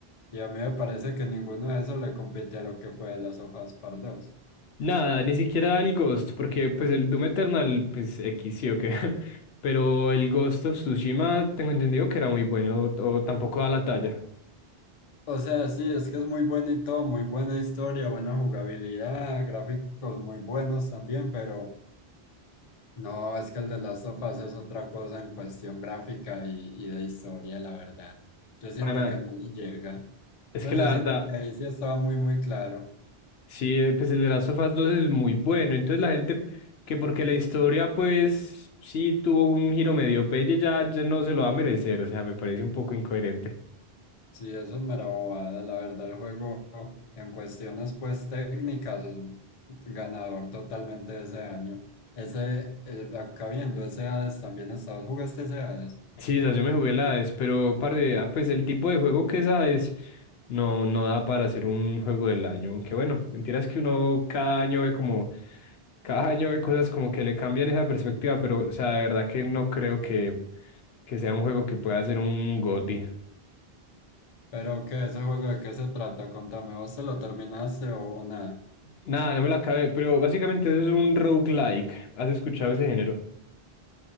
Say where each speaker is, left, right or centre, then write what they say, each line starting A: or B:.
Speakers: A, on the left; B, on the left.
A: Y a mí me parece que ninguno de esos le compite a lo que fue Last of Us Part 2.
B: Nada, ni siquiera el Ghost, porque pues el Doom Eternal, pues X sí o qué. <laughs> Pero el Ghost of Tsushima tengo entendido que era muy bueno, o, o tampoco da la talla.
A: O sea, sí, es que es muy bueno y todo, muy buena historia, buena jugabilidad, gráficos muy buenos también, pero no, es que el de Last of Us es otra cosa en cuestión gráfica y, y de historia, la verdad. Yo siento
B: Para nada.
A: que no le llega.
B: Es
A: Entonces
B: que la
A: yo
B: verdad,
A: siento que ahí sí estaba muy, muy claro.
B: Sí, eh, pues el de las sofás 2 es muy bueno. Entonces la gente que porque la historia pues sí tuvo un giro medio pelle ya, ya no se lo va a merecer. O sea, me parece un poco incoherente.
A: Sí, eso es mera bobada, la verdad, el juego en cuestiones pues técnicas es ganador totalmente de ese año. Ese, eh, acá viendo, ese Hades también estabas, jugaste ese Hades,
B: Sí, esa yo me jugué la AES, pero parce, ah, pues el tipo de juego que es AES no, no da para hacer un juego del año. Aunque bueno, mentira es que uno cada año ve como, cada año ve cosas como que le cambian esa perspectiva, pero o sea, de verdad que no creo que, que sea un juego que pueda ser un GOTY.
A: pero qué ese juego de qué se trata? Contame, ¿vos se lo terminaste o, o nada?
B: Nada, no me la acabé, pero básicamente eso es un roguelike. ¿Has escuchado ese género?